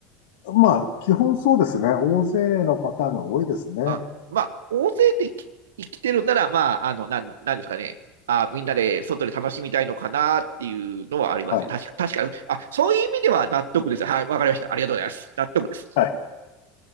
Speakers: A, on the left (about 60°); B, on the right (about 70°).
A: まあ、基本そうですね。大勢のパターンが多いですね。
B: あ、まあ、大勢でき生きてるなら、まあ、あの、なん、なんですかね。あ、みんなで外で楽しみたいのかなっていうのはありますね。
A: はい。
B: 確か、確かに。あ、そういう意味では納得です。はい、わかりました。ありがとうございます。納得です。
A: はい。